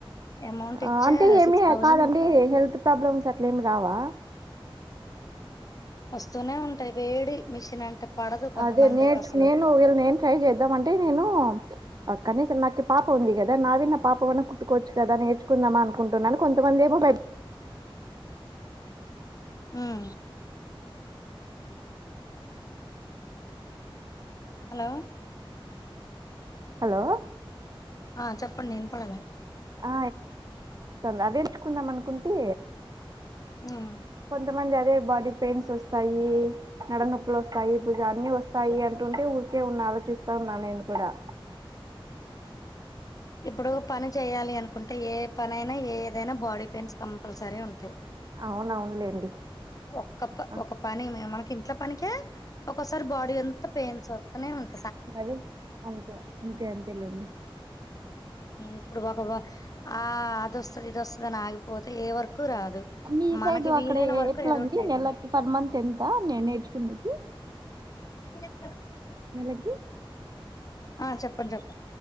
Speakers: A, on the left; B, on the right.
A: అమౌంట్
B: ఆ
A: ఇచ్చే
B: అంటే ఏమి
A: సిక్స్ థౌజండ్
B: కాదండి హెల్త్ ప్రాబ్లమ్స్ అట్లా ఎం రావా
A: వస్తూనే ఉంటాయి వేడి మిషన్ అంటే పడదు కొంతమందిరికి
B: అదే నేను
A: అసలు
B: నేను వీళ్ళు నేను ట్రై చేద్దాం అంటే నేను కనీస నాకి పాప ఉంది కదా నాది నా పాపమన్న కుట్టుకోవచ్చు కదా నేర్చుకుందామా అనుకుంటున్నాను కొంతమంది ఏమో బాయ్
A: మ్మ్ హలో
B: హలో
A: ఆ చెప్పండి వినిపడలే
B: ఆ వంది అదే నేర్చుకుందాం అనుకుంటే
A: ఉమ్
B: కొంతమంది అదే బాడీ పెయిన్స్ వస్తాయి నడనొప్పులు వస్తాయి భుజ అన్ని వస్తాయి అంటుంటే ఊరికే ఉన్న చపిస్తా ఉన్నా నేను కూడా
A: ఇప్పుడు పని చేయ్యాలి అనుకుంటే ఏ పనిైనా ఏదైనా బాడీ పెయిన్స్ కంపల్సరీ ఉంటాయి
B: అవునవునులేండి
A: ఒక్క పని
B: ఆ,
A: ఒక పని మనకి ఇట్లా పనినికకే ఒసారి బాడీ ఎంత పెయిన్స్ వస్తనే ఉంటది
B: అవి అంతే అంతే అంతే లేండి
A: ఇప్పుడు ఒక ఆ అదొస్తది ఇదోస్తంది అని ఆగిపోతే ఏ వరకు రాదు
B: మీ
A: మనకి
B: సైడ్
A: వీలైన
B: అక్కడ
A: వరకు
B: ఎట్లా
A: ఎదోటి
B: అండి
A: చేయడమే
B: నెలకి పర్ మంత్ ఎంత నే- నేర్చుకునేకి
A: <inaudible>
B: నెలకి
A: ఆ చెప్పండి చెప్పండి